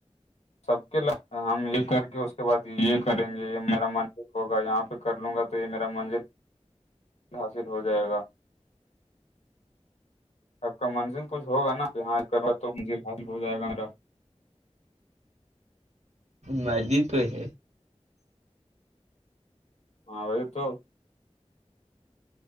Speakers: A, on the left (about 70°); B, on the right (about 75°).
A: سب کے <unintelligible> ہم یہ کر گے اس کے بعد یہ کریں گے میرا منزل ہوگا یہاں پہ کر لوں گا تو یہ میرا منزل حاصل ہو جائے گا آب کا منزل کچھ ہوگا نا یہاں کرو تو منزل حصل ہو جائے گا میرا
B: مرضی تو ہے
A: ہاں وہی تو